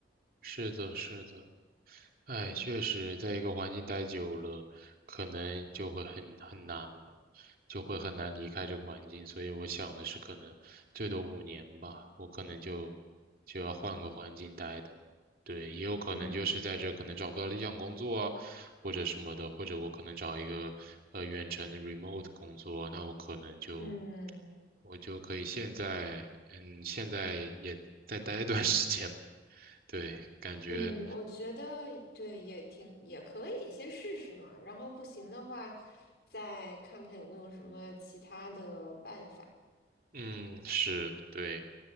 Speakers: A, on the right; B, on the left.
A: 是的，是的。哎，
B: 嗯
A: 确实，在一个环境待久了，可能就会很很难吧，就会很难离开这个环境。所以我想的是，可能最多五年吧，我可能就就要换个环境待的。对，也有可能就是在这可能找不到理想工作啊，
B: 嗯
A: 或者什么的，或者我可能找一个呃远程的 remote 工作，那我可能就
B: 嗯
A: 我就可以现在嗯现在也再待一段 <laughs> 时间。对，感觉。
B: 嗯，我觉得对，也挺也可以，先试试嘛。然后不行的话，再看看有没有什么其他的办法。
A: 嗯，是，对。